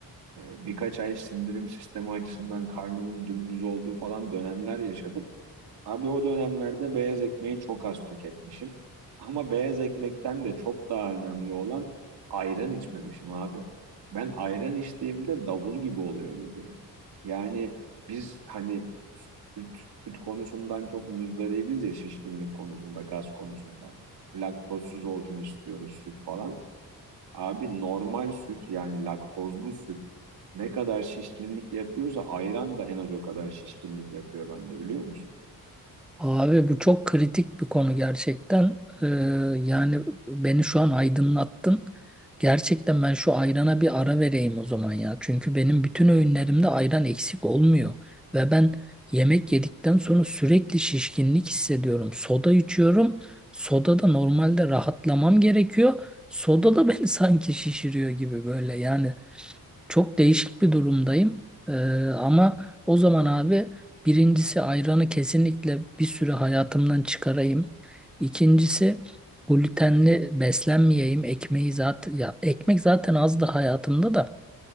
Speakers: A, on the right; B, in the centre.
A: E, birkaç ay sindirim sistemi açısından karnımın dümdüz olduğu falan dönemler yaşadım. Abi o dönemlerde beyaz ekmeği çok az tüketmişim. Ama beyaz ekmekten de çok daha önemli olan ayran içmemişim abi. Ben ayran içtiğimde davul gibi oluyor göbeğim. Yani biz hani süt, süt konusundan çok muzdaribiz ya şişkinlik konusunda, gaz konusunda. Laktozsuz olsun istiyoruz süt falan. Abi normal süt yani laktozlu süt ne kadar şişkinlik yapıyorsa ayran da en az o kadar şişkinlik yapıyor bende biliyor musun?
B: Abi bu çok kritik bir konu gerçekten. Ee, yani beni şu an aydınlattın. Gerçekten ben şu ayrana bir ara vereyim o zaman ya. Çünkü benim bütün öğünlerimde ayran eksik olmuyor. Ve ben yemek yedikten sonra sürekli şişkinlik hissediyorum. Soda içiyorum. Soda da normalde rahatlamam gerekiyor. Soda da beni <laughs> sanki şişiriyor gibi böyle yani. Çok değişik bir durumdayım. Ee, ama o zaman abi birincisi ayranı kesinlikle bir süre hayatımdan çıkarayım. İkincisi glutenli beslenmeyeyim. Ekmeği zaten ya ekmek zaten az da hayatımda da